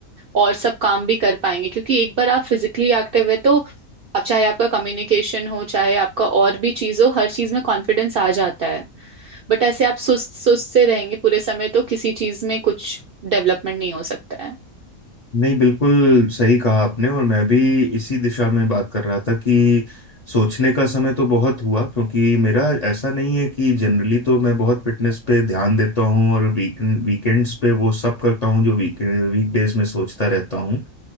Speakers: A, on the right; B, on the left.
A: और सब काम भी कर पाएंगे क्योंकि एक बार आप फिजिकली एक्टिव है तो अब चाहे आपका कम्युनिकेशन हो चाहे आपका और भी चीज हो हर चीज में कॉन्फिडेंस आ जाता है बट ऐसे आप सुस्त सुस्त से रहेंगे पूरे समय तो किसी चीज में कुछ डेवलपमेंट नहीं हो सकता है
B: नहीं बिल्कुल सही कहा आपने और मैं भी इसी दिशा में बात कर रहा था कि सोचने का समय तो बहुत हुआ क्योंकि मेरा ऐसा नहीं है कि जनरली तो मैं बहुत फिटनेस पे ध्यान देता हूँ और वीक वीकेंड्स पे वो सब करता हूँ जो वीक वीकडेज में सोचता रहता हूँ